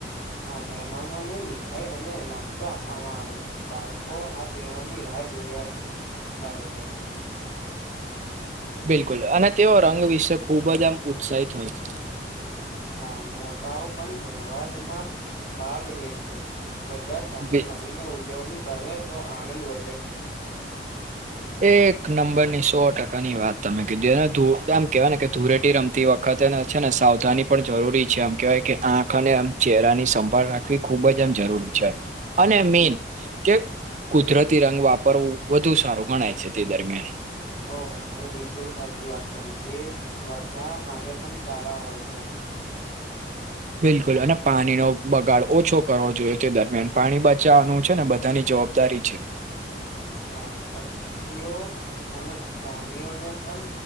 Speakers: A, on the left; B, on the right.
A: હા મહેમાનોને મીઠાઈ અને નાસ્તો આપવામાં આવે છે, બાળકો હાથ તેવાર ની રાહ જોયા કરે છે.
B: બિલકુલ, અને તેઓ રંગ વિશે ખુબ જ આમ ઉત્સાહિત હોય છે.
A: હા, મોટાઓ પણ તહેવારમાં ભાગ લે છે, બધા સાથે
B: બિ
A: મનીને ઉજવણી કરે, તો આનંદ વધે છે.
B: એક નંબરની સો ટકાની વાત તમે કીધી, અને ધુ આમ કેહેવા ને કે ધૂરેટી રમતી વખ ખતે છેને સાવધાની પણ જરૂરી છે, આમ કહેવાય કે આંખ અને આમ ચહેરાની સંભાળ રાખ વી ખૂબ જ એમ જરૂરી છે. અને
A: બિલ
B: મેન, કે કુદરતી રંગ વાપરવું વધુ સારું ગણાય છે તે દરમિયાન.
A: ઓહો તમે બિલકુલ સાચી વાત કરી, તે ત્વચા માટે પણ સારા હોય છે.
B: બિલકુલ, અને પાણીનો બગાડ ઓછો કરવો જોઈએ તે દરમિયાન, પાણી બચાવવાનું છે ને બધાની જોબ દારી છે.
A: હા, પક્ષીઓ અને પ્રાણીઓને પણ.